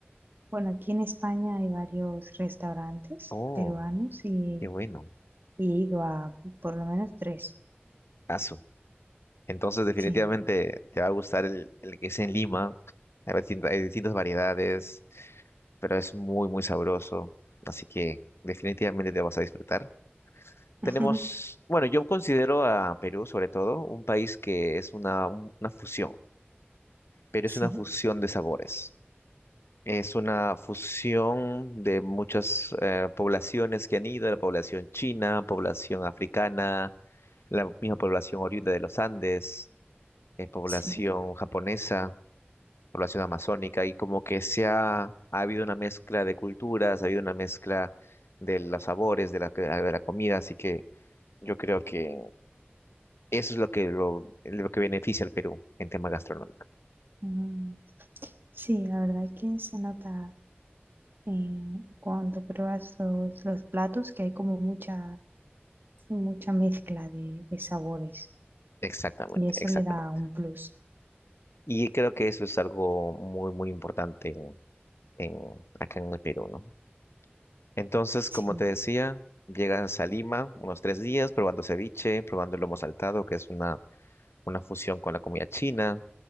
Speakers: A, on the right; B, on the left.
A: Bueno, aquí en España hay varios restaurantes
B: Oh,
A: peruanos y
B: qué bueno.
A: y he ido a por lo menos tres.
B: Asu. Entonces
A: Sí,
B: definitivamente te va a gustar el, el que es en Lima. Hay distin- hay distintas variedades, pero es muy, muy sabroso. Así que definitivamente te vas a disfrutar.
A: <laughs>
B: Tenemos, bueno, yo considero a Perú sobre todo un país que es una, un- una fusión, pero
A: sí,
B: es una fusión de sabores. Es una fusión de muchas eh, poblaciones que han ido, la población china, población africana, la misma población oriunda de los Andes, eh, población
A: sí.
B: japonesa, población amazónica, y como que se ha, ha habido una mezcla de culturas, ha habido una mezcla de los sabores, de la, de la comida, así que yo creo que eso es lo que, lo, lo que beneficia al Perú en tema gastronómico.
A: Mm, Sí, la verdad que se nota en cuando pruebas los, los platos que hay como mucha, mucha mezcla de, de sabores
B: Exactamente,
A: y eso
B: exactamente.
A: le da un plus.
B: Y creo que eso es algo muy, muy importante en, acá en el Perú, ¿no? Entonces,
A: Sí.
B: como te decía, llegas a Lima unos tres días probando ceviche, probando el lomo saltado, que es una, una fusión con la comida china.